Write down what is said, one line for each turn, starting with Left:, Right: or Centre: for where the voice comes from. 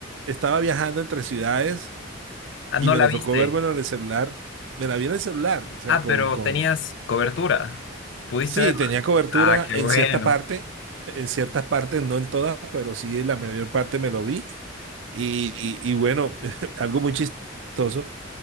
Right: estaba viajando entre ciudades
Left: Ah, no
Right: y me
Left: la
Right: lo
Left: viste.
Right: tocó verme en el celular. Me la vi en el celular, o sea,
Left: Ah,
Right: con,
Left: pero
Right: con,
Left: tenías cobertura. ¿Pudiste
Right: Sí,
Left: verla?
Right: tenía cobertura
Left: Ah, qué
Right: en
Left: bueno.
Right: cierta parte, en ciertas partes, no en todas, pero sí en la mayor parte me lo vi. Y, y- y bueno, <laughs> algo muy chistoso,